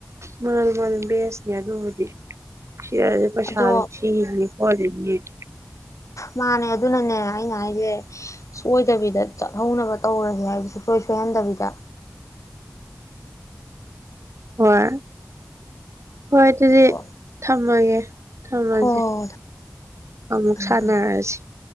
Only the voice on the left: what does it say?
ꯑꯗꯣ
ꯃꯥꯅꯦ ꯑꯗꯨꯅꯅꯦ ꯑꯩꯅ ꯍꯥꯏꯁꯦ ꯁꯣꯏꯗꯕꯤꯗ ꯆꯠꯍꯧꯅꯕ ꯇꯧꯔꯁꯦ ꯍꯥꯏꯗꯤꯦ ꯁꯨꯡꯁꯣꯏ ꯁꯣꯏꯍꯟꯗꯕꯤꯗ
ꯍꯣꯏ
ꯍꯣꯏ ꯍꯣꯏ
ꯊꯝꯃꯦ
ꯊꯝꯃꯦ